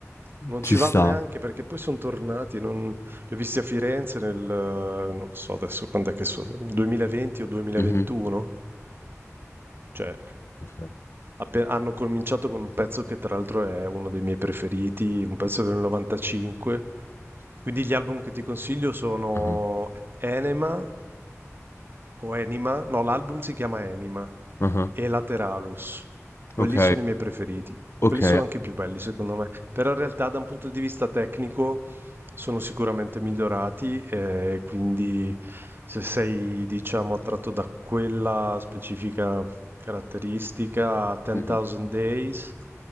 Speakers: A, on the right; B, on the left.
A: Non
B: Ci
A: ci
B: sta.
A: vado neanche perché poi sono tornati, non... li ho visti a Firenze nel, eh, non so adesso quando è che so, 2020 o 2021.
B: Mhm.
A: Cioè,
B: Ok.
A: appe- hanno cominciato con un pezzo che tra l'altro è uno dei miei preferiti, un pezzo del 95 quindi gli album che ti consiglio sono
B: Ah,
A: Enema o Enima, no, l'album si chiama Enima
B: ah, ah.
A: e Lateralus. Quelli
B: Ok.
A: sono i miei preferiti.
B: Ok.
A: Quelli sono anche i più belli, secondo me. Però in realtà, da un punto di vista tecnico, sono sicuramente migliorati. E quindi, se sei, diciamo, attratto da quella specifica caratteristica, 10.000
B: Mhm.
A: Days,